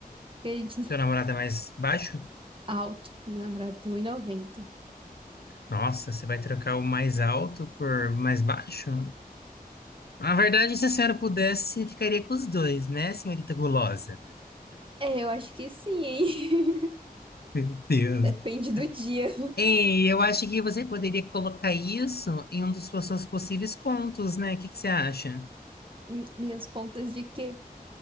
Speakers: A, on the right; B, on the left.
A: porque a gente <laughs>
B: Teu namorado é mais baixo?
A: alto, meu namorado tem um e noventa
B: Nossa, você vai trocar o mais alto por mais baixo? Na verdade, se a senhora pudesse, ficaria com os dois, né, senhorita gulosa?
A: É, eu acho que sim, hein? <laughs>
B: Meu Deus.
A: Depende do dia.
B: Ei, eu acho que você poderia colocar isso em um dos seus possíveis contos, né? O que que você acha?
A: Hum, Minhas contas de quê?